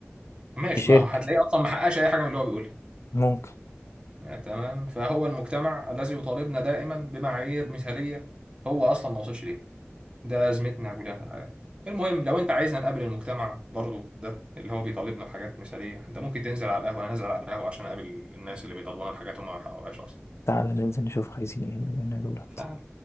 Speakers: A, on the right; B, on the left.
A: ماشي
B: في شركة
A: ما هو هتلاقيه اصلا ما حققش اي حاجه من اللي هو بيقولها
B: ممكن
A: آه، تمام فهو المجتمع الذي يطالبنا دائما بمعايير مثاليه هو اصلا ما وصلش ليه ده ازمتنا كلها في الحياه المهم لو انت عايزنا نقابل المجتمع برضه ده اللي هو بيطالبنا بحاجات مثاليه انت ممكن تنزل على القهوه انا نازل على القهوه عشان اقابل الناس اللي بيطالبونا بحاجات هم ما حققوهاش
B: تعالى ننزل نشوف عايزين ايه مننا دولت
A: اصلا